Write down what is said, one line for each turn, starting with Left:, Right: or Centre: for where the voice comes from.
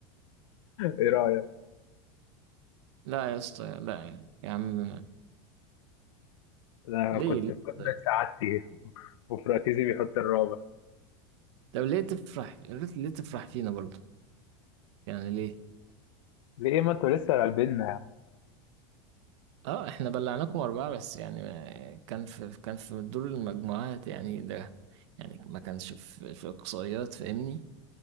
Left: <laughs> إيه رأيك؟
Right: <laughs> لا يا اسطى لا يعني. يا عم
Left: أنا
Right: ليه
Left: كنت
Right: ليه
Left: في قمة
Right: طيب
Left: سعادتي <laughs> وفراتيزي بيحط الرابع
Right: طب ليه تفرح ليه تفرح فينا برضه يعني ليه
Left: ليه ما أنتوا لسه غالبيننا يا عم
Right: اه احنا بلعناكم أربعة بس يعني آه، كان في كان في دور المجموعات يعني ده يعني ما كانش في في إقصائيات فاهمني